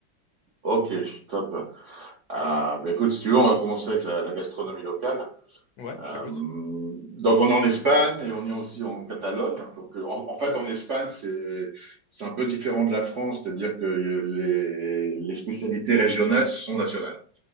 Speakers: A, on the right (about 50°); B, on the left (about 65°).
A: ok, top. Ah, bah écoute, si tu veux, on va commencer avec la, la gastronomie locale.
B: Ouais,
A: Euh,
B: je t'écoute.
A: donc on est en Espagne et on est aussi en Catalogne. Donc euh, en, en fait en Espagne c'est c'est un peu différent de la France, c'est-à-dire que les, les spécialités régionales sont nationales.